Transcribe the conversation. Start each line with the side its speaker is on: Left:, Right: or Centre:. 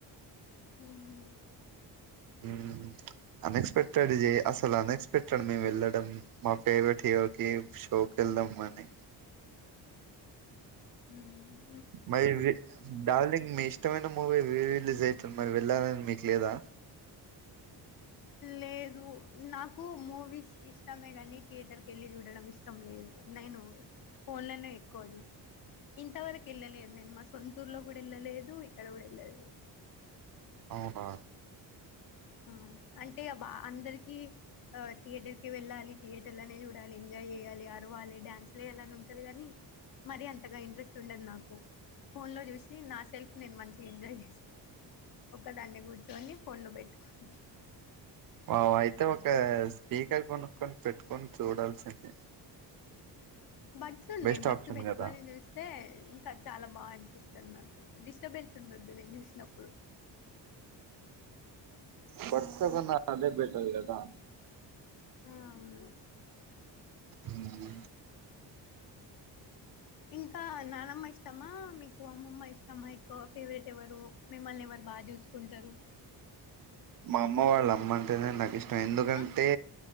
Left: మ్మ్ హ్మ్
Right: మ్మ్ అన్ఎక్స్పెక్టెడ్ అసలు అన్ఎక్స్పెక్టెడ్ మేము వెళ్ళడం మా ఫేవరెట్ హీరోకి షోకి వెళ్దాం అని
Left: మ్మ్
Right: మరి డార్లింగ్ మిస్ ఇష్టమైన మూవీ రీ రిలీజ్ అవుతుంది మరి వెళ్ళాలని మీకు లేదా
Left: లేదు నాకు మూవీస్ ఇష్టమే గాని థియేటర్ కెళ్ళి చూడడం ఇష్టం లేదు నేను ఫోన్ లో నే క్కువ చూస్తా ఇంతవరకు ఎళ్ళలేదు నేను మా సొంతూర్లో కూడా ఎళ్ళలేదు ఇక్కడ కూడా ఎళ్ళలేదు
Right: అవునా
Left: ఆ అంటే బా అందరికి ఆ థియేటర్ కి వెళ్ళాలి థియేటర్ లోనే చూ డాలి ఎంజాయ్ చేయాలి అరవాలి డ్యాన్సులు ఎయ్యాలని ఉంటది గానీ మరీ అంతగా ఇంట్రెస్ట్ ఉండదు నాకు ఫోన్ లో చూసి నా సెల్ఫ్ నేను మంచిగా ఎంజాయ్ చేస్తా ఒకదాన్నే కూర్చోని ఫోన్లో బెట్ న్నా <unintelligible>
Right: వా అయితే ఒక స్పీకర్ కొనుక్కని పెట్టుకొని చూడాల్సింది
Left: బట్స్ ఉన్నాయి
Right: బెస్ట్
Left: బట్స్
Right: ఆప్షన్
Left: పెట్టుకని
Right: కదా
Left: చూస్తే ఇంకా చాలా బాగా అనిపిస్తుంది నాకు డిస్టర్బెన్స్ ఉండొద్దు నేను చూసినప్పుడు
Right: బర్ట్స కన్నా అదే బెటర్ కదా
Left: ఆ అవును
Right: మ్మ్
Left: ఇంకా నానమ్మ ఇష్టమా మీకు అమ్మమ్మ ఇష్టమా ఎక్కువ ఫేవరెట్ ఎవరు మిమ్మల్ని ఎవరు బాగా చూసుకుంటరు
Right: మా అమ్మ వాళ్ళ అమ్మ అంటేనే నాకిష్ ఎందుకంటే
Left: ఆ